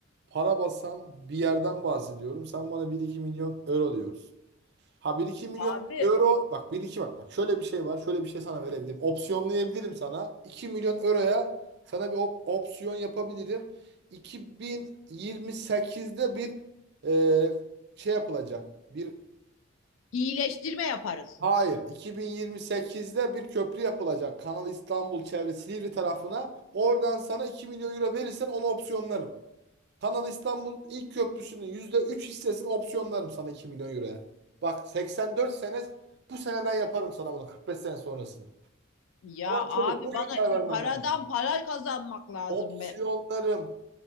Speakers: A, on the right; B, on the left.
A: para basan bir yerden bahsediyorum. Sen bana bir iki milyon euro diyorsun. Ha bir iki milyon
B: Abi
A: euro bak bir iki bak bak şöyle bir şey var şöyle bir şey sana verebilirim. Opsiyonlayabilirim sana. 2 milyon euroya sana bir op- opsiyon yapabilirim. 2028'de bir e, şey yapılacak. Bir
B: iyileştirme yaparız.
A: hayır 2028'de bir köprü yapılacak. Kanal İstanbul çevresi Silivri tarafına. Oradan sana 2 milyon euro verirsen onu opsiyonlarım. Kanal İstanbul ilk köprüsünün %3 hissesini opsiyonlarım sana 2 milyon euroya. Bak 84 sene bu seneden yaparım sana bunu 45 sene sonrasını.
B: Ya
A: Ama
B: abi
A: çabuk bugün
B: bana
A: karar
B: i-
A: vermen
B: paradan
A: lazım.
B: para kazanmak lazım
A: Opsiyonlarım.
B: be.